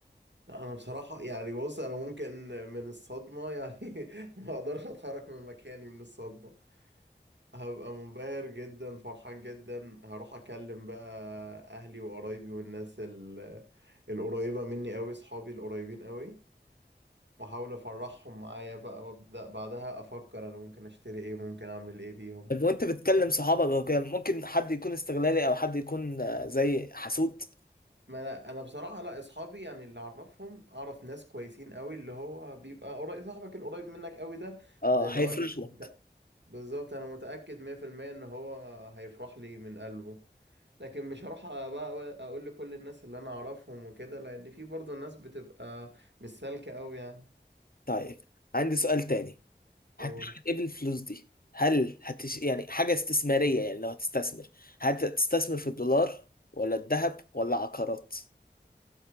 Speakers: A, on the right; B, on the left.
A: لا انا بصراحة يعني بص انا ممكن من الصدمة يعني <laughs> ما اقدرش اتحرك من مكاني من الصدمة هبقى منبهر جدا فرحان جدا هروح اكلم بقى اهلي وقرايبي والناس ال- القريبة مني قوي صحابي القريبين قوي واحاول افرحهم معايا بقى وابدا بعدها افكر انا ممكن اشتري ايه ممكن اعمل ايه بيهم
B: طب وانت بتكلم صحابك او كده ممكن حد يكون استغلالي او حد يكون آه، زي حسود
A: ما انا انا بصراحه لا اصحابي يعني اللي اعرفهم اعرف ناس كويسين قوي اللي هو بيبقى قريب صاحبك القريب منك قوي ده
B: اه
A: ده اللي
B: هيفرش
A: هو انا
B: لك
A: بالظبط انا متاكد 100% ان هو هيفرح لي من قلبه لكن مش هروح بقى اقول لكل الناس اللي انا اعرفهم وكده لان في برضه ناس بتبقى مش سالكه قوي يعني
B: طيب عندي سؤال تاني
A: قول
B: هتعمل ايه بالفلوس دي هل هتش... يعني حاجة استثمارية يعني لو هتستثمر هتستثمر في الدولار ولا الذهب ولا عقارات